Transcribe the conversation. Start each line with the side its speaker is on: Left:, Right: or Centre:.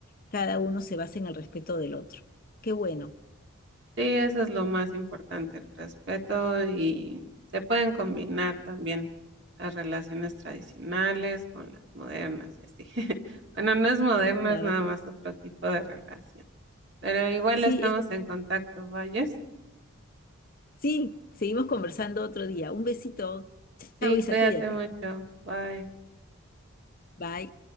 Left: cada uno se basa en el respeto del otro. Qué bueno.
Right: Sí, eso es lo más importante, el respeto y se pueden combinar también las relaciones tradicionales con las modernas y así. <laughs> Bueno, no es moderno,
Left: Claro
Right: es nada
Left: que
Right: más otro tipo de relación, pero igual
Left: sí,
Right: estamos
Left: eso,
Right: en contacto, ¿vayas?
Left: sí, seguimos conversando otro día. Un besito.
Right: Sí,
Left: Chao, Isa,
Right: cuídate
Left: cuídate.
Right: mucho, bye.
Left: Bye.